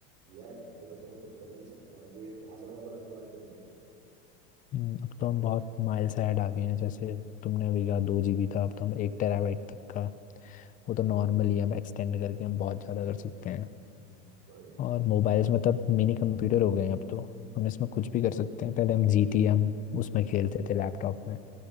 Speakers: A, on the right (about 45°); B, on the left (about 25°).
A: यार एक तरह तो हम कुछ कर ही नहीं सकते और ये बहुत ज्यादा पुरानी बात तो नहीं है।
B: हम्म, अब तो हम बहुत माइल्स ahead आ गए हैं जैसे तुमने अभी कहा दो जीबी था अब तो हम एक टेराबाइट तक का वो तो नॉर्मल ही है, हम एक्सटेंड करके हम बहुत ज़्यादा कर सकते हैं
A: Sorry।
B: और मोबाइल्स में तब मिनी कंप्यूटर हो गए हैं अब तो हम इसमें कुछ भी कर सकते हैं पहले हम जीटी हम उसमें खेलते थे लैपटॉप में